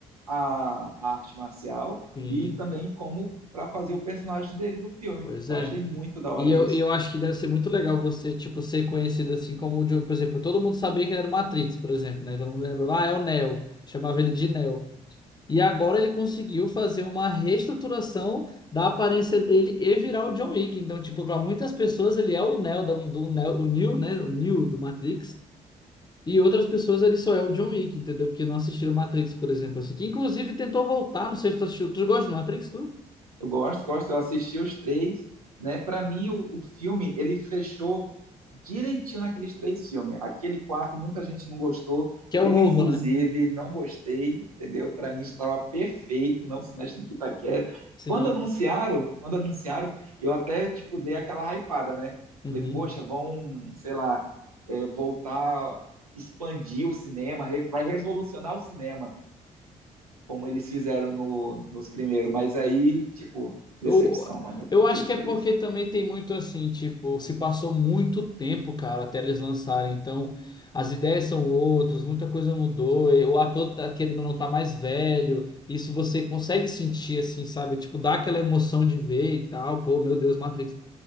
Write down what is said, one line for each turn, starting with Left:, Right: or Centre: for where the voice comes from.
Right: a, a arte marcial
Left: Sim,
Right: e também como para fazer o personagem dele do filme.
Left: pois
Right: Eu
Left: é.
Right: achei muito da hora
Left: E eu,
Right: isso.
Left: e eu acho que deve ser muito legal você, tipo, ser conhecido assim como o Diogo. Por exemplo, todo mundo sabia que ele era o Matrix, por exemplo, né? Todo mundo lembra, ah, é o Neo. Chamava ele de Neo. E agora ele conseguiu fazer uma reestruturação da aparência dele e virar o John Wick. Então, tipo, para muitas pessoas ele é o Neo da- do Neo, o Neo, né? O Neo do Matrix. E outras pessoas ele só é o John Wick, entendeu? Porque não assistiram Matrix, por exemplo, assim. Que inclusive tentou voltar, não sei se tu assistiu. Tu gosta do Matrix, tu?
Right: Eu gosto, gosto. Eu assisti os três, né? Para mim, o, o filme ele fechou direitinho naqueles três filmes. Aquele quarto, muita gente não gostou.
Left: Que é
Right: Eu,
Left: o novo,
Right: inclusive,
Left: né?
Right: não gostei, entendeu? Para mim estava perfeito, não se mexe no que tá quieto.
Left: Sim.
Right: Quando anunciaram, quando anunciaram, eu até tipo dei aquela hypada, né?
Left: Uhum.
Right: Falei, poxa, vão, sei lá, é, voltar, expandir o cinema, re- vai revolucionar o cinema como eles fizeram no, nos primeiros, mas aí, tipo,
Left: Eu,
Right: decepção, mano, eu prefiro
Left: eu acho
Right: o
Left: que
Right: 3.
Left: é porque também tem muito assim, tipo, se passou muito tempo, cara, até eles lançarem. Então, as ideias são outras, muita coisa mudou. e O ator tá querendo ou não tá mais velho. Isso você consegue sentir, assim, sabe? Tipo, dá aquela emoção de ver e tal. Pô, meu Deus, Matrix.